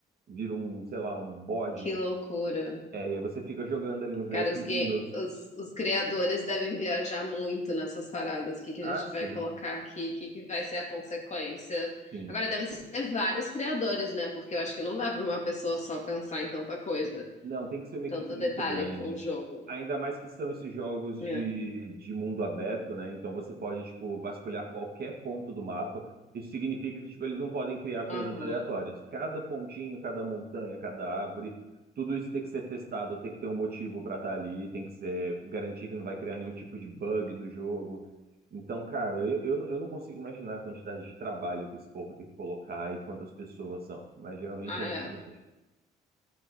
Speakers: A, on the right; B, on the left.
A: vira um, sei lá, um bode.
B: que loucura.
A: É, e aí você fica jogando ali uns 10,
B: Cara,
A: 15
B: os, game,
A: minutos.
B: os, os criadores devem viajar muito nessas paradas. O que que a
A: Ah,
B: gente
A: sim,
B: vai colocar aqui? O que que vai ser a consequência?
A: sim.
B: Agora, devem ser vários criadores, né? Porque eu acho que não dá para uma pessoa só pensar em tanta coisa,
A: Não, tem que ser uma equipe
B: tanto
A: muito
B: detalhe
A: grande.
B: para um jogo.
A: Ainda mais que são esses jogos de,
B: É.
A: de mundo aberto, né? Então você pode, tipo, vasculhar qualquer ponto do mapa. Isso significa que, tipo, eles não podem criar coisas
B: Aham.
A: aleatórias. Cada pontinho, cada montanha, cada árvore, tudo isso tem que ser testado, tem que ter um motivo para estar ali, tem que ser garantir que não vai criar nenhum tipo de bug no jogo. Então, cara, eu, eu, eu não consigo imaginar a quantidade de trabalho que esse povo tem que colocar e quantas pessoas são, mas geralmente
B: Ah,
A: é muito
B: é.
A: grande.